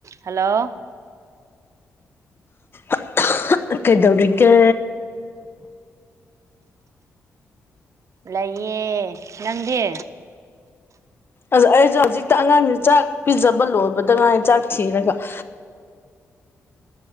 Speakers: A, on the right; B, on the left.
A: hello
B: <unintelligible> ꯀꯩꯗꯧꯔꯤꯒꯦ
A: ꯂꯩꯌꯦ ꯅꯪꯗꯤ
B: ꯑꯗꯨ ꯑꯩꯖꯨ ꯍꯧꯖꯤꯛꯇ ꯑꯉꯥꯡꯖꯦ ꯆꯥꯛ ꯄꯤꯖꯕ ꯂꯣꯏꯕꯗ ꯉꯥꯏꯔꯤ ꯆꯥꯛ ꯊꯤꯔꯒ <unintelligible>